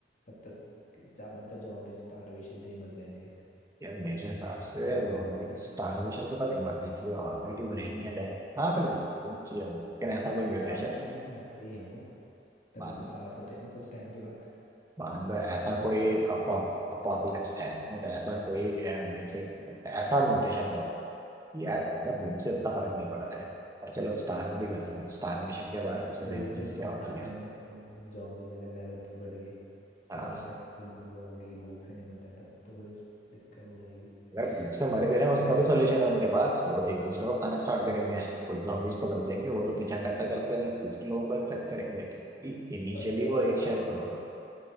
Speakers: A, on the left; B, on the right.
A: तब तक ज़्यादातर जॉम्बी स्टारवेशन से ही मर जाएंगे
B: यार मेरे हिसाब
A: तो
B: से
A: कुछ आठ
B: जोम्बी
A: बच्चे
B: स्टारवेशन पे तो नहीं मरनी चाहिए ऑलरेडी ब्रेन डेड है हाँ पर मरनी चाहिए उनको। लेकिन ऐसा कोई
A: स्टारवेशन
B: म्यूटेशन
A: से तो मरते ही हैं वो तभी
B: मान
A: तो साफ होते हैं ना कुछ टाइम के बाद
B: मान लो ऐसा
A: और अगर
B: कोई अपोकलिप्स है मतलब ऐसा कोई म्यूटेशन ऐसा म्यूटेशन हो यार मतलब
A: हम्म,
B: मुझसे इतना फर्क नहीं पड़ रहा है पर चलो स्टार भी कर रहे हैं स्टार मिशन के बाद सबसे
A: वही
B: पहली चीज
A: तो वही
B: क्या होती
A: कहा ना
B: है
A: मैंने पहले कि जॉम्बीज अगर लेवल पे बढ़ गए
B: हाँ
A: तो अगर ऐसा कोई जॉम्बी आ जाएगी भूख से नहीं मर रहा तब तो फिर दिक्कत हो जाएगी
B: अगर भूख से मर
A: और
B: गए हैं
A: अगर
B: उसका
A: ऐसा
B: भी सोल्यूशन
A: कोई
B: है उनके पास वो एक दूसरे को खाना स्टार्ट करेंगे खुद zombies तो बन जाएंगे
A: हम्म,
B: वो तो पीछा करते करते लाइक दूसरे लोगों को इन्फेक्ट करेंगे क्योंकि इनिशियली
A: पर अगर
B: वो
A: वो
B: एक
A: खाते
B: शहर
A: खाते
B: पे होगा